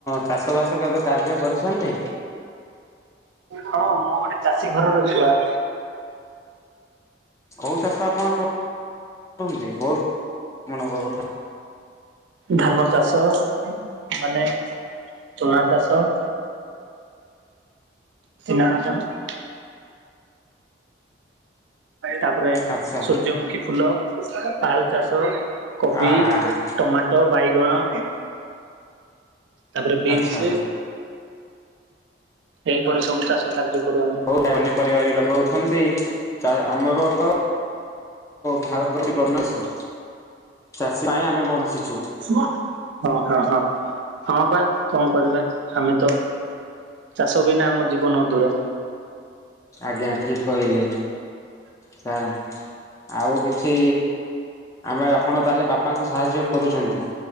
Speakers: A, on the left (about 15°); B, on the right (about 75°).
A: ଚାଷବାସ କେବେ କାର୍ଯ୍ୟ କରିଛନ୍ତି
B: ହଁ। ମୁଁ ଗୋଟେ ଚାଷୀ ଘରର ଛୁଆ
A: କୋଉ ଚାଷ ଆପଣ କର <unintelligible> ବହୁତ ମ କଥା
B: ଧାନ ଚାଷ ମାନେ ଝୁଣା ଚାଷ ନାକ ଯାମ <unintelligible> ତାପରେ
A: ଆଚ୍ଛା
B: ସୂର୍ଯ୍ୟମୁଖୀ ଫୁଲ ଆଳୁ ଚାଷ, କୋବି,
A: ଆ ହା ହା
B: ଟମାଟୋ, ବାଇଗଣ। ତାପରେ ବିନ୍ସ,
A: ଆଚ୍ଛା
B: ଏହିଇପ ସବୁ ଚାଷ କାର୍ଯ୍ୟ କରୁ ଆମେ
A: ହଉ ପନିପରିବା ବି ଲଗାଉଛନ୍ତି ଆମର ତ ଭାରତ <unintelligible> ପ୍ରତିବର୍ଷ ଚାଷୀ ପାଇଁ ଆମେ ବଞ୍ଚିଛୁ
B: ହଁ ହଁ ହଁ ହଁ ବା କଣ କରିବା ଆମେ ତ ଚାଷ ବିନା ଆମ ଜୀବନ ଅଧୁରା
A: ଆଜ୍ଞା ଠିକ କହିଲେ ସ ଆଉ କିଛି ଆମେ ଆପଣ ତାହେଲେ ବାପାଙ୍କୁ ସାହାଯ୍ୟ କରୁଛନ୍ତି